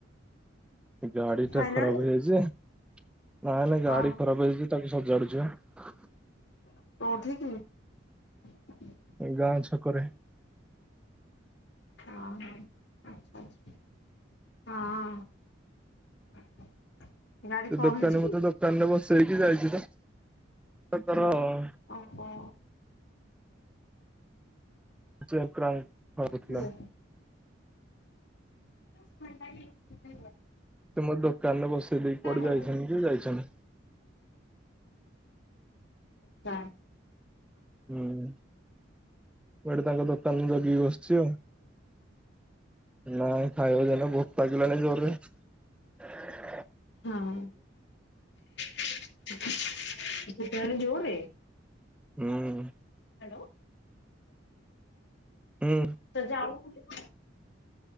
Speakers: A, in the centre; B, on the left.
A: ଗାଡି
B: ଖାଇଲଣି?
A: ଟା ଖରାପ ହେଇଯାଇଛି ନାଇଁ ନାଇଁ ଗାଡି
B: ଓହୋ
A: ଖରାପ ହେଇଯାଇଛି ତାକୁ ସଜାଡୁଛି ବା ।
B: ତ କଉଠିକିଥିବି
A: ଏ ଗାଁ ଛକରେ ଛକରେ।
B: ହଁ ହଛଛ ହଁ ଗାଡି କଣ
A: ଦୋକାନୀ
B: ହେଇଛି କି?
A: ମେ ଦୋକାନରେ ବସ ସେଇଟି ଯାଇଛି ତ-ତାଙ୍କର ଅ
B: ଓହୋ।
A: ଜପାମ <inaudible> ଅଳପଥିଲା।
B: କିଏ? ା <unintelligible>
A: ସେ ମୋ ଦୋକାନରେ ବସେଇ ଦେଇେଇ କୁଆଡେ
B: ହଁ
A: ଯାଇଛନ୍ତି କି ଯାଇଛନ୍ତି।
B: କା
A: ହୁଁ <inaudible> କୁଆଡେ ତାଙ୍କ ଦାନ ଜଗିକି ବସିଛି ଆଉ ନାଇଁ ଖାଇବା ଜନ ଭୋକ ଲାଗିଲାନି ଜୋରରେ ହ <inaudible>
B: ହଁ <unintelligible> ସୁଟଣ ଯୋରରେ
A: ହୁଁ ଉଁ
B: ହ୍ୟାଲୋ।
A: ହୁଁ
B: ତ ଯ <inaudible>